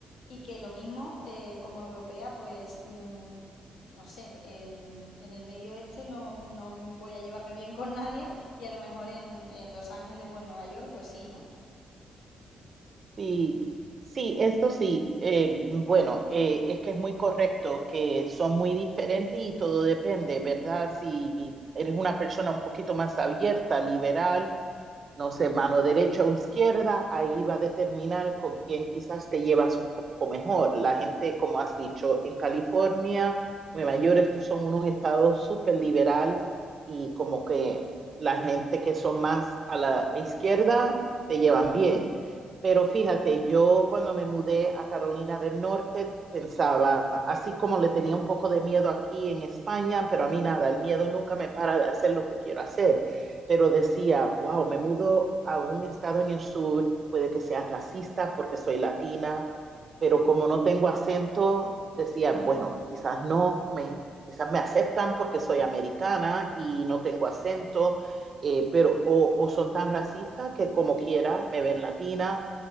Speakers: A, on the left; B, on the right.
A: y que lo mismo eh, como europea, pues, mm, no sé, en, en el medio este no, no voy a llevarme bien con nadie y a lo mejor en, en Los Ángeles o en Nueva York, pues sí, ¿no?
B: Sí, sí, esto sí. eh, bueno, eh, es que es muy correcto que son muy diferentes y todo depende, ¿verdad? Si eres una persona un poquito más abierta, liberal no sé, mano derecha o izquierda, ahí va a determinar con quién quizás te llevas un poco mejor. La gente, como has dicho, en California, Nueva York, estos son unos estados súper liberal y como que la gente que son más a la izquierda te llevan bien. Pero fíjate, yo cuando me mudé a Carolina del Norte pensaba, así como le tenía un poco de miedo aquí en España, pero a mí nada, el miedo nunca me para de hacer lo que quiero hacer pero decía, wow, me mudo a un estado en el sur, puede que sea racista porque soy latina, pero como no tengo acento, decía, bueno, quizás no, me, quizás me aceptan porque soy americana y no tengo acento, eh, pero o, o, son tan racistas que como quiera me ven latina,